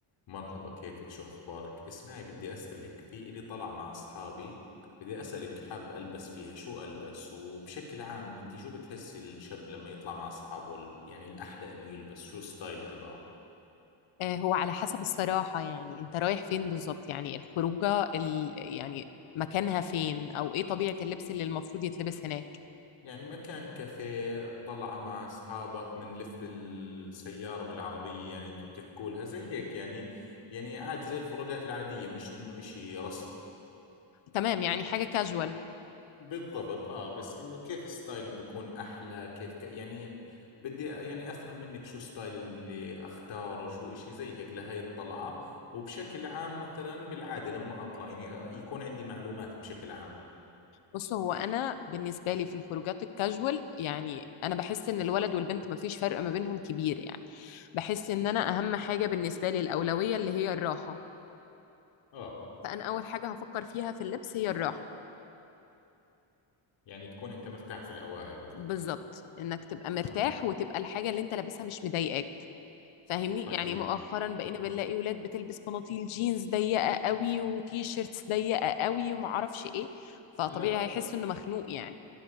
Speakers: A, on the left (about 65°); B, on the left (about 80°).
A: مرحبا كيفك شو أخبارك؟ اسمعي بدي أسألك في إلي طلع مع أصحابي بدي أسألك حاب ألبس فيها شو ألبس وبشكل عام أنت شو بتحسي الشاب لما يطلع مع أصحابه ال- يعني الأحلى إنه يلبس شو ستايل تبعه؟
B: آه، هو على حسب الصراحة يعني انت رايح فين بالظبط يعني الخروجة ال... يعني مكانها فين او ايه طبيعة اللبس اللي المفروض يتلبس هناك
A: يعني مكان كافيه طلعة مع أصحابك بنلف بالسيارة بالعربية يعني أنتوا بتحكوا لها زي هيك يعني يعني عادي زي الخروجات العادية مش إنه إشي رسمي
B: تمام يعني حاجة كاجوال
A: بالضبط اه بس انه كيف ستايل بيكون احلى كيف ك... يعني بدي يعني افهم منك شو ستايل اللي اختاره شو اشي زي هيك لهي الطلعة وبشكل عام مثلا بالعادة لما اطلع يعني آه، يكون عندي معلومات بشكل عام
B: بص هو انا بالنسبة لي في الخروجات الكاجوال يعني انا بحس ان الولد والبنت مفيش فرق ما بينهم كبير يعني بحس ان انا اهم حاجة بالنسبة لي الاولوية اللي هي الراحة
A: اه
B: فانا اول حاجة هفكر فيها في اللبس هي الراحة
A: يعني تكون انت مرتاح في الاواعي قصدي
B: بالظبط انك تبقى مرتاح
A: تمام
B: وتبقى الحاجة اللي انت لابسها مش مضايقاك فاهمني
A: طيب
B: يعني مؤخرا بقينا
A: اه
B: بنلاقي ولاد بتلبس بناطيل جينز ضيقه قوي وتي شيرتس ضيقه قوي ومعرفش ايه فطبيعي
A: لا
B: هيحس انه مخنوق يعني